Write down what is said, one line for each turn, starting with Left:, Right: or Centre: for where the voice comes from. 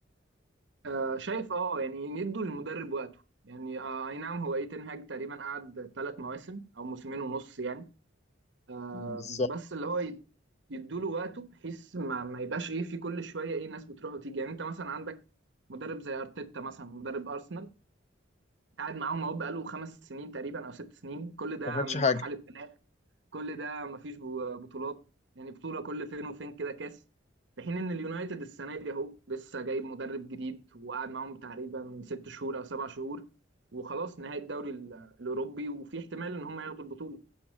Right: آه، شايف اه يعني ندوا للمدرب وقته يعني آه، اي نعم هو ايتن هاج تقريبا قعد ثلاث مواسم او موسمين ونص يعني آه،
Left: بالظبط
Right: بس اللي هو يد- يدوا له وقته بحيث ما, ما يبقاش ايه في كل شويه ايه ناس بتروح وتيجي يعني انت مثلا عندك مدرب زي ارتيتا مثلا مدرب ارسنال قاعد معاهم اهو بقاله خمس سنين تقريبا او ست سنين كل ده
Left: ما خدش
Right: مرحله
Left: حاجه
Right: بناء كل ده مفيش بو- بطولات يعني بطولة كل فين وفين كده كاس في حين ان اليونايتد السنة دي اهو لسه جايب مدرب جديد وقعد معاهم تقريبا ست شهور او سبع شهور وخلاص نهاية الدوري ال- الاوروبي وفي احتمال ان هم ياخدوا البطولة